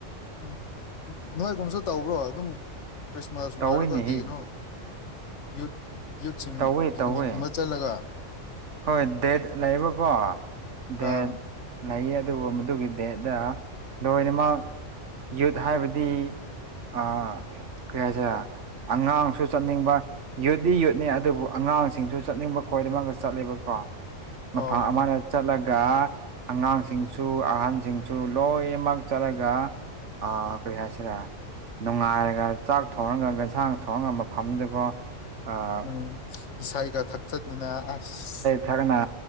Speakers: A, on the left (about 65°); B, on the right (about 65°).
A: ꯎꯝ ꯅꯣꯏꯒꯨꯝꯁꯨ ꯇꯧꯕ꯭ꯔꯣ ꯑꯗꯨꯝ ꯈ꯭ꯔꯤꯁꯃꯥꯁ
B: ꯇꯧꯋꯤꯅꯦꯍꯦ
A: ꯂꯣꯏꯔꯒ ꯀꯩꯒꯤꯅꯣ ꯌꯨꯠ ꯌꯨꯠꯁꯤꯡ
B: ꯇꯧꯋꯦ
A: ꯄꯤꯛꯅꯤꯛꯀꯨꯝꯕ
B: ꯇꯧꯋꯦ
A: ꯆꯠꯂꯒ
B: ꯍꯣꯏ ꯗꯦꯠ ꯂꯩꯌꯦꯕꯀꯣ ꯗꯦꯠ
A: ꯑꯥ
B: ꯂꯩꯌꯦ ꯑꯗꯨꯒꯨꯝꯕꯗꯨꯒꯤ ꯗꯦꯠꯗ ꯂꯣꯏꯅꯃꯛ ꯌꯨꯠ ꯍꯥꯏꯕꯗꯤ ꯑꯥ ꯀ꯭ꯔꯤ ꯍꯥꯢꯁꯤꯔꯥ ꯑꯉꯥꯡꯁꯨ ꯆꯠꯅꯤꯡꯕ ꯌꯨꯠꯗꯤ ꯌꯨꯠꯅꯦ ꯑꯗꯨꯕꯨ ꯑꯉꯥꯡꯁꯤꯡꯁꯨ ꯆꯠꯅꯤꯡꯕ ꯈꯣꯏꯗꯃꯛꯉꯥ ꯆꯠꯂꯦꯕꯀꯣ
A: ꯑꯣ
B: ꯃꯐꯥ ꯑꯃꯔꯠ ꯆꯠꯂꯒ ꯑꯉꯥꯡꯁꯤꯡꯁꯨ ꯑꯍꯟꯁꯤꯡꯁꯨ ꯂꯣꯏꯃꯛ ꯆꯠꯂꯒ ꯑ ꯀꯔꯤ ꯍꯁꯤꯔꯥ ꯅꯨꯡꯉꯥꯏꯔꯒ ꯆꯥꯛ ꯊꯣꯡꯉꯒ ꯉꯟꯁꯥꯡ ꯊꯣꯡꯉꯒ ꯃꯐꯝꯗꯨꯗ ꯀꯣ ꯑꯥ
A: ꯎꯝ ꯏꯁꯩꯒ ꯊꯛꯊꯠꯇꯅ ꯑꯁ
B: ꯈꯔꯅ